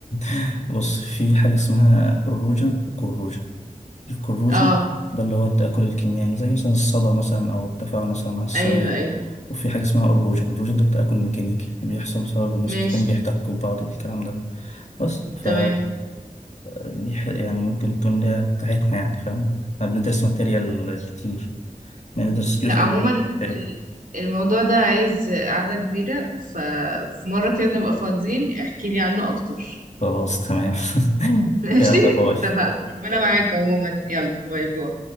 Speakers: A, on the left (about 55°); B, on the right (about 75°).
A: <laughs> بص في حاجه اسمها الروجن والكروجن الكروجن
B: اه
A: ده اللي هو التاكل الكيميائي زي مثلا الصدى مثلا او التفاعل مثلا مع السوائل
B: ايوه ايوه
A: وفي حاجه اسمها الروجن الروجن ده التاكل الميكانيكي بيحصل بسبب ان السطحين
B: ماشي
A: بيحتكوا ببعض الكلام ده بس ف
B: تمام
A: بيح- يعني ممكن تكون ده بتاعتنا يعني فاهم احنا بندرس ماتيريال كتير بندرس
B: لا
A: جزء
B: عموما
A: كبير من التاريخ
B: ال- الموضوع ده عايز قعدة كبيرة ففي مرة كده نبقى فاضيين احكي لي عنه اكتر
A: خلاص تمام <laughs>
B: ماشي
A: يلا باي
B: اتفقنا ربنا معاك عموما يلا باي باي